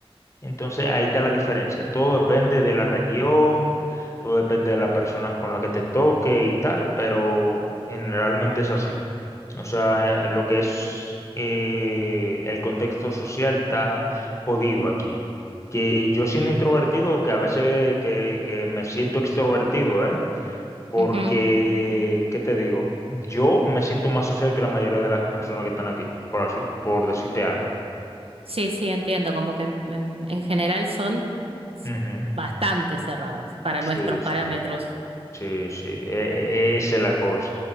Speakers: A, on the left; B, on the right.
A: Entonces ahí está la diferencia. Todo depende de la región, todo depende de las personas con las que te toque y tal, pero generalmente es así. O sea, eh, lo que es eh, el contexto social está jodido aquí. Que yo siendo introvertido, que a veces que, que me siento extrovertido, ¿eh? Porque,
B: ujú.
A: ¿qué te digo? Yo me siento más social que la mayoría de las personas que están aquí, por así, por decirte algo.
B: Sí, sí, entiendo, como que en, en- en general son s-
A: Ujú.
B: bastante cerradas para
A: Sí,
B: nuestros parámetros.
A: sí. Sí, sí, e- esa es la cosa,